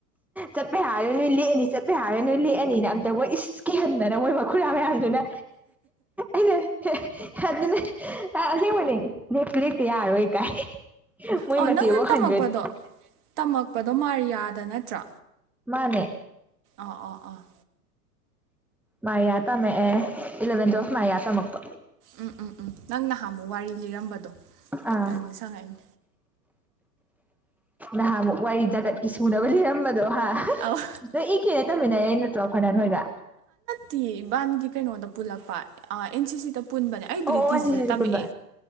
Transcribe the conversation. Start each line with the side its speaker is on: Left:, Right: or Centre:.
Centre: ꯆꯄꯦ ꯍꯥꯏꯂ ꯑꯅꯤ ꯆꯠꯄꯦ ꯍꯥꯏꯔ ꯅꯣꯏ ꯂꯤ ꯑꯅꯤꯅ ꯑꯝꯇ ꯃꯣꯏ ꯏꯁ ꯀꯤꯍꯟꯗꯅ ꯃꯣꯏ ꯃꯈꯨꯔꯥ ꯃꯌꯥꯝꯗꯨꯅ ꯑꯩꯅ ꯑꯗꯨꯅ ꯑꯦ ꯃꯅꯦ ꯗꯦꯠꯂꯤꯇ ꯑꯔꯑꯣꯣꯏ ꯀꯥꯏ ꯃꯣꯏ
Right: ꯑꯣ
Centre: ꯃꯆꯦꯐꯥꯎ
Right: ꯅꯪꯅ ꯇꯝꯃꯛꯄꯗꯣ
Centre: ꯍꯟꯒꯅꯤ
Right: ꯇꯝꯃꯛꯄꯗꯣ ꯃꯥꯔꯤꯌꯥꯗꯅ ꯆ
Centre: ꯃꯥꯅꯦ
Right: ꯑ ꯑ ꯑ
Centre: ꯃ ꯌꯥꯇ ꯃ ꯏꯂꯕꯦꯟ ꯇ ꯋꯥꯁ ꯃꯥꯥꯏ ꯌꯥ ꯇ ꯃꯛꯄ
Right: ꯎꯝ ꯎꯝ ꯎꯝ ꯅꯪ ꯅꯍꯥꯟꯃꯨꯛ ꯋꯥꯔꯤ ꯂꯤꯔꯝꯕꯗꯣ
Centre: ꯑꯥ
Right: ꯑꯩ ꯅꯤꯡꯁꯤꯡꯉꯛꯏꯅꯦ
Centre: ꯅꯍꯥ ꯃꯨꯛ ꯋꯥꯏ ꯖꯥꯒꯠꯀꯤ ꯁꯨꯅꯕ ꯂꯩꯔꯝꯃꯤ ꯗꯣ ꯍꯥ
Right: ꯑꯧ
Centre: ꯏ ꯀꯦꯅꯦ ꯇꯝꯃꯤꯅꯦ ꯑꯩ ꯅꯠꯇ꯭ꯔꯣ ꯐꯅꯟ ꯍꯣꯏꯒ
Right: ꯇꯤ ꯏꯕꯥꯟꯒꯤ ꯀꯩꯅꯣꯗ ꯄꯨꯜꯂꯛꯄ ꯑꯦꯟ ꯁꯤ ꯁꯤꯗ ꯄꯨꯟꯕꯅꯦ ꯑꯩꯕꯨꯗꯤ
Centre: ꯑꯣ
Right: ꯇꯤꯖꯤꯗ
Centre: ꯑꯣ ꯁꯤꯁꯤꯗ
Right: ꯇꯝꯃꯛꯑꯦ
Centre: ꯄꯨꯟꯕ